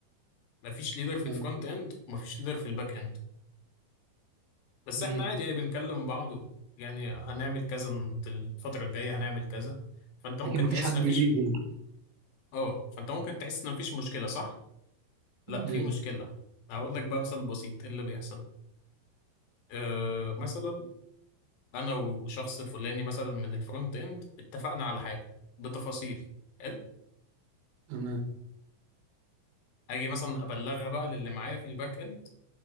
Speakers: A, on the left (about 70°); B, on the right (about 75°).
A: مفيش ليدر في
B: تمام
A: الفرونت اند ومفيش ليدر في الباك اند بس
B: امم
A: احنا عادي يعني بنكلم بعض يعني هنعمل كذا الفتره الجايه هنعمل كذا فانت ممكن
B: لكن مفيش
A: تحس
B: حد
A: ان
B: بيليد
A: مفيش
B: يعني
A: اه فانت ممكن تحس ان مفيش مشكله صح لا
B: امم
A: في مشكله هقول لك بقى مثال بسيط ايه اللي بيحصل أه مثلا انا وشخص فلاني مثلا من الفرونت اند اتفقنا على حاجه بتفاصيل حلو
B: تمام
A: اجي مثلا ابلغها بقى للي معايا في الباك اند